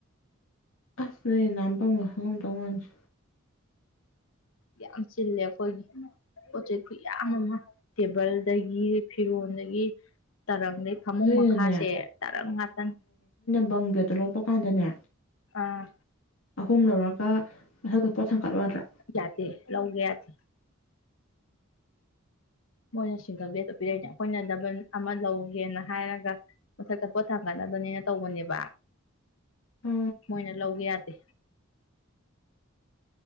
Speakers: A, on the left; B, on the left.
A: ꯑꯁ ꯅꯣꯏ ꯅꯥꯟꯕꯝꯒ ꯈꯪꯉꯝꯗꯧ ꯃꯟꯗꯦ
B: ꯌꯥꯝ ꯆꯤꯜꯂꯦ ꯑꯩꯈꯣꯏꯒꯤ ꯄꯣꯠ ꯆꯩꯩ ꯈꯨꯠꯌꯥꯝ ꯑꯃ ꯇꯦꯕꯜꯗꯒꯤ ꯐꯤꯔꯣꯟꯗꯒꯤ ꯇꯔꯪꯗꯩ ꯐꯃꯨꯡ
A: ꯅꯣꯏꯅꯅꯦ
B: ꯃꯈꯥꯁꯦ ꯇꯔꯪ ꯉꯥꯛꯇꯅꯦ
A: ꯕꯥꯪ ꯕꯦꯗꯇꯣ ꯂꯧꯕ ꯀꯥꯟꯗꯅꯦ
B: ꯑꯥ
A: ꯑꯍꯨꯝ ꯂꯧꯔꯒ꯫ ꯄꯣꯠ ꯊꯥꯡꯀꯠꯂꯣ ꯌꯥꯗ꯭ꯔꯥ
B: ꯌꯥꯗꯦ ꯂꯧꯒ ꯌꯥꯗꯦ ꯃꯣꯏꯅ ꯁꯤꯡꯒꯜ ꯕꯦꯗꯇ ꯄꯤꯔꯛꯏꯅꯦ ꯑꯩꯈꯣꯏꯅ ꯗꯕꯜ ꯑꯃ ꯂꯧꯒꯦꯅ ꯍꯥꯏꯔꯒ ꯃꯊꯛꯇ ꯄꯣꯠꯊꯥꯡꯒꯠꯅꯕꯅꯤꯅ ꯇꯧꯕꯅꯦꯕ
A: ꯑ
B: ꯃꯣꯏꯅ ꯂꯧꯒꯦ ꯌꯥꯗꯦ